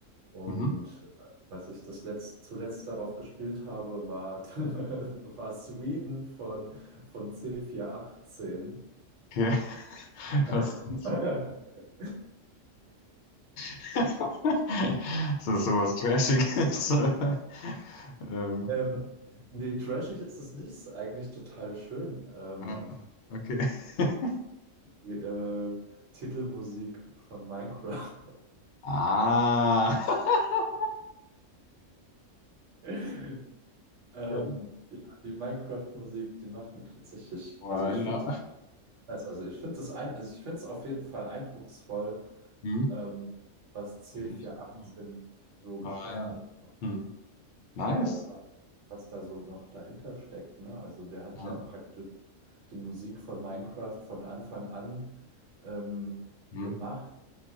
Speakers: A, on the right; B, on the left.
A: Und
B: Mhm.
A: äh, als ich das letzt, zuletzt darauf gespielt habe, war, <laughs> war Sweden von, von C418.
B: Okay. <laughs>
A: <laughs>
B: Was denn? <laughs> Das ist sowas Trashiges. <laughs> Ähm,
A: Ähm, nee, trashig ist es nicht, ist eigentlich total schön. Ähm,
B: ja, okay. <laughs>
A: die äh, Titelmusik von Minecraft.
B: Ah. <laughs>
A: <laughs> Ähm,
B: Ja,
A: ja, die Minecraft-Musik, die macht mir tatsächlich,
B: oh,
A: also ich
B: ja.
A: finde, die- also ich finde das ein, also ich finde es auf jeden Fall eindrucksvoll,
B: Hm.
A: ähm, was C418
B: Gar nicht. Hm.
A: so geschafft
B: Oh ja.
A: hat,
B: Hm. Nice.
A: äh, wa- was da so noch dahinter steckt, ne? Also der hat
B: Ja.
A: ja praktisch die Musik von Minecraft von Anfang an ähm,
B: Hm.
A: gemacht